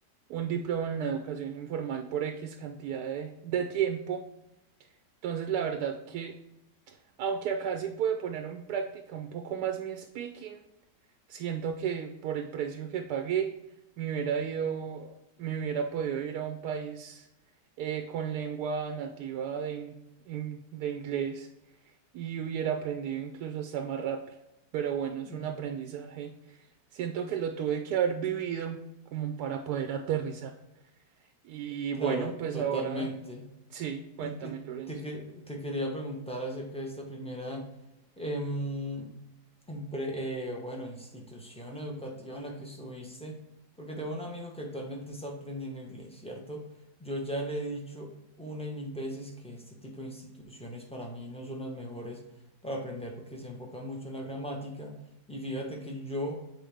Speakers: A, on the right; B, in the centre.
A: un diploma en educación informal por X cantidad de de tiempo. Entonces, la verdad que, aunque acá sí pude poner en práctica un poco más mi speaking, siento que por el precio que pagué, me hubiera ido, me hubiera podido ir a un país eh, con lengua nativa de, in- in- de inglés y hubiera aprendido incluso hasta más rápido. Pero bueno,
B: Mm.
A: es un aprendizaje. Siento que lo tuve que haber vivido como para poder aterrizar. Y
B: Claro,
A: bueno, pues
B: totalmente.
A: ahora sí, cuéntame,
B: Y, y
A: Lorenzo.
B: te, que- te quería preguntar acerca de esta primera, em, empre- eh, bueno, institución educativa en la que estuviste, porque tengo un amigo que actualmente está aprendiendo inglés, ¿cierto? Yo ya le he dicho una y mil veces que este tipo de instituciones para mí no son las mejores para aprender porque se enfocan mucho en la gramática. Y fíjate que yo,